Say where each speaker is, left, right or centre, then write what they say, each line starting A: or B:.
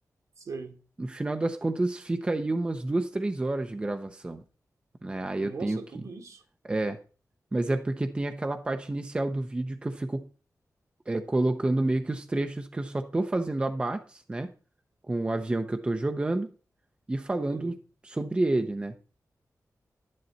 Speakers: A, on the right; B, on the right.
A: Sei.
B: No final das contas, fica aí umas duas, três horas de gravação, né? Aí eu
A: Nossa,
B: tenho que.
A: é tudo isso?
B: É, mas é porque tem aquela parte inicial do vídeo que eu fico, é, colocando meio que os trechos que eu só tô fazendo abates, né? Com o avião que eu tô jogando e falando
A: É.
B: sobre ele, né?